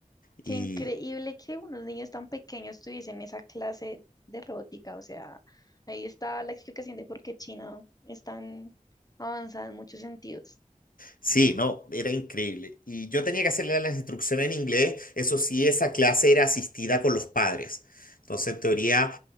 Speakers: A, on the left (about 80°); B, on the left (about 25°).
A: Y
B: Qué increíble que unos niños tan pequeños tuviesen esa clase de robótica. O sea, ahí está la explicación de por qué China es tan avanzada en muchos sentidos.
A: Sí, no, era increíble. Y yo tenía que hacerle las instrucciones en inglés. Eso sí, esa clase era asistida con los padres. Entonces, en teoría,